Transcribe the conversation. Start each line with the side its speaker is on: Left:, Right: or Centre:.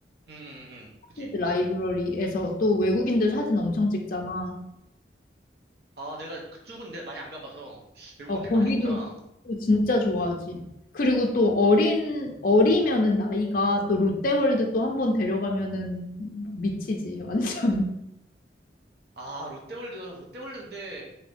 Right: 응, 응, 응.
Left: 스타필드
Right: 그치.
Left: 라이브러리에서 또 외국인들 사진 엄청 찍잖아.
Right: 아, 내가 그쪽은 근데 많이 안 가봐서 외국인들
Left: 어, 거기도
Right: 많이 있구나.
Left: 또 진짜 좋아하지. 그리고 또 어린, 어리면은 나이가 또 롯데월드 또 한 번 데려가면은 미치지, 완전.
Right: 아, 롯데월드, 롯데월드 근데